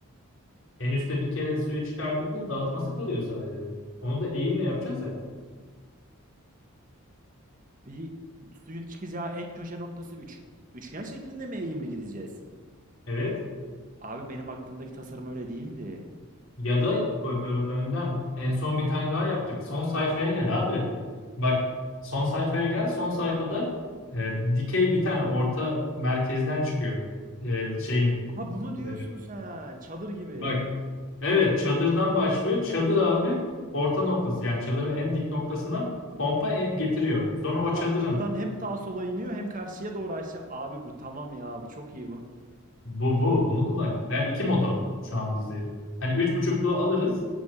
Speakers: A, on the left (about 65°); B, on the right (about 35°).
A: En üstte bir kere suyu çıkardık mı dağıtması kalıyor sadece. Onu da eğimle yapacağız ya.
B: Bir suyun çıkacağı en köşe noktası üç- üçgen şeklinde mi eğimli gideceğiz?
A: Evet.
B: Abi benim aklımdaki tasarım öyle değildi.
A: Ya da ö- ö- önden en son bir tane daha yaptık. Son sayfaya gel abi. Bak son sayfaya gel. Son sayfada e, dikey bir tane orta merkezden çıkıyor. E, şeyin.
B: Ha bunu diyorsun
A: e,
B: sen. Çadır gibi.
A: bak evet çadırdan başlıyor. Çadır abi orta noktası yani çadırın en dik noktasına pompa e- getiriyor. Sonra o
B: Tamam
A: çadırın
B: bu- buradan hem sağa sola iniyor hem karşıya doğru aşağı. Abi bu tamam ya bu çok iyi. Bu,
A: Bu bu.
B: bu,
A: Bunu kullanacağız. Yani iki motor şu an bizi. Hani üç
B: oğlum,
A: buçukluğu alırız.